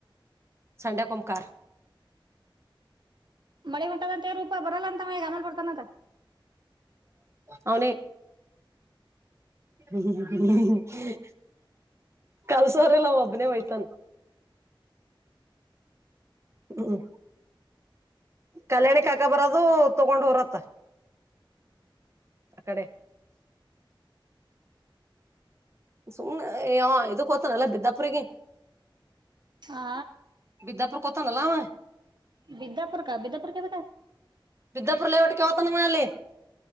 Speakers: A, on the right; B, on the right.
A: ಸಂಡ್ಯಾ ಮಕಾರ..
B: ಮಳಿ ಹೊಂಟಾದ ಅಂತೇ ರೂಪಾ ಬರಲ್ಲ ಅಂತ ಅವ ಈಗ ಆಮ್ಯಾಗ್ ಬರ್ತಾನ ಅಂತ..
A: ಅವನೇ.. ಹ್ಮ ಹ.. ಕಲ್ಸೋರೀಲ್ಲ ಒಬ್ನೇ ಹೋಯಿತಾನ್.. ಹ್ಮ್ ಕಲ್ಯಾಣಿ ಕಾಕಾ ಬರೋದು ತಗೊಂಡ ಹೋಗರಂತ್ತ.. ಅ ಕಡೆ.. ಸುಮ್ನೆ ಏ ಇದು ಕೊತನಲ್ಲ ಬಿದ್ದಪುರಿಗೆ..
B: ಆ..
A: ಬಿದ್ದ್ಯಾಪುರ್ ಕತ ನಲ್ಲಾವ..
B: ಬಿದ್ಯಾಪುರ ಕ ಬಿದ್ದ್ಯಾಪುರ್ ಕೆ..
A: ಬಿದ್ದಾಪುರಲ್ಲ ಒಟ್ಟಕ್ಕೆವತಾನ ಮನಾಲಿ.